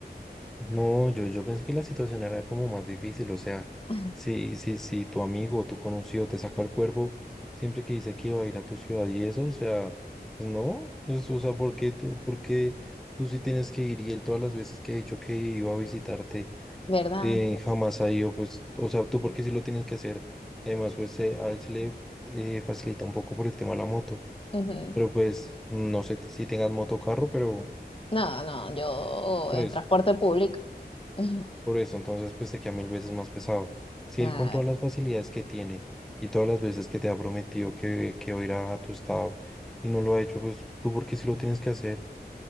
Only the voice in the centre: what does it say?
No, yo, yo pensé que la situación era como más difícil, o sea,
si, si, si tu amigo o tu conocido te saca el cuerpo siempre que dice que iba a ir a tu ciudad y eso, o sea, pues no, pues, o sea, ¿por qué tú, por qué tú sí tienes que ir y él todas las veces que ha dicho que iba a visitarte
eh, jamás ha ido, pues, o sea, tú por qué sí lo tienes que hacer, además, pues eh, a él se le eh, facilita un poco por el tema de la moto,
pero pues no sé si tengas moto o carro, pero
por
eso.
Por eso, entonces, pues te queda mil veces más pesado. Si
él con todas las facilidades que tiene y todas las veces que te ha prometido que, que va a ir a tu estado y no lo ha hecho, pues tú porque sí lo tienes que hacer.